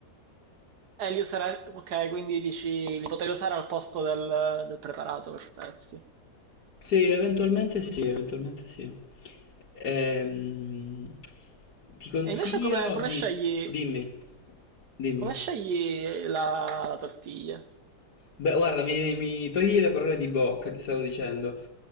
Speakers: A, on the right; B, on the left.
A: Eh, li userai, ok, quindi dici li potrei usare al posto del, del preparato per pezzi.
B: Sì, eventualmente sì, eventualmente sì. Ehm, ti consiglio
A: E invece come, come
B: di...
A: scegli,
B: Dimmi, dimmi.
A: come scegli la, la tortiglia?
B: Beh, guarda, mi, mi togli le parole di bocca, ti stavo dicendo. Ti